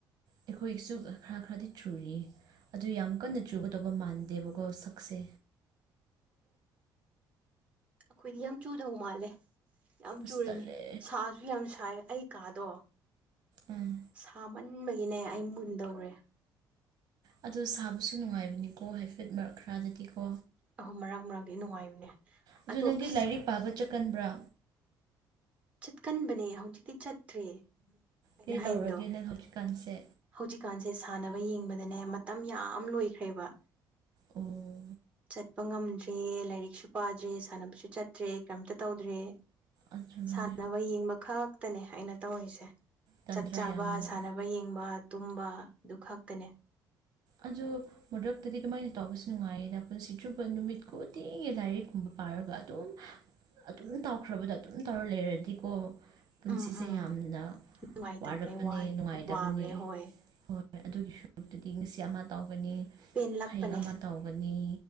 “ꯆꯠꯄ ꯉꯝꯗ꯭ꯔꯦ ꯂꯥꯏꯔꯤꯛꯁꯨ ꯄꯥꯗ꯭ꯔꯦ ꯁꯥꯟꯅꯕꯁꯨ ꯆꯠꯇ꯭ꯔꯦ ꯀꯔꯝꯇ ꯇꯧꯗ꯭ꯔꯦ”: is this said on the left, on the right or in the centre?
Right